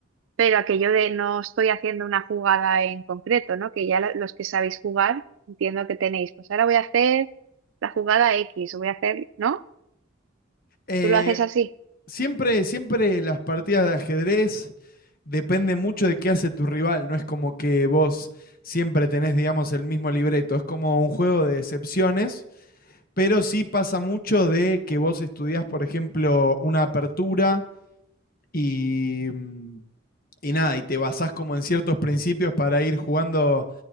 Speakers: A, on the right (about 70°); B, on the left (about 45°).
A: pero aquello de no estoy haciendo una jugada en concreto, ¿no? Que ya lo- los que sabéis jugar, entiendo que tenéis, pues ahora voy a hacer la jugada X, o voy a hacer, ¿no?
B: Eh,
A: Tú lo haces así.
B: siempre, siempre las partidas de ajedrez depende mucho de qué hace tu rival. No es como que vos siempre tenés, digamos, el mismo libreto. Es como un juego de excepciones, pero sí pasa mucho de que vos estudiás, por ejemplo, una apertura y mm, y nada, y te basás como en ciertos principios para ir jugando